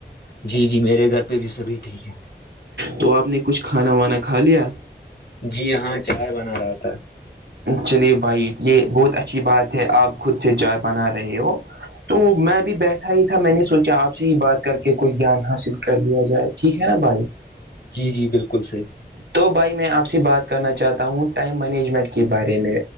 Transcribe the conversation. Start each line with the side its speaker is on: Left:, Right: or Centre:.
Left: جی جی میرے گھر پہ بھی سبھی ٹھیک ہے
Right: تو آپ نے کچھ کھانا وانا کھا لیا
Left: جی ہاں چائے بنا رہا تھا
Right: چلیے بھائی یہ بہت اچھی بات ہے آپ خود سے چاۓ بنا رہے ہو تو میں ابھی بیٹھا ہی تھا میں نے سوچا آپ سے ہی بات کر کے کوئی گیان حاصل کر لیا جائے ٹھیک ہے نا بھائی
Left: جی جی بالکل صحیح
Right: تو بھائی میں آپ سے بات کرنا چاہتا ہوں ٹائم مینجمنٹ کے بارے میں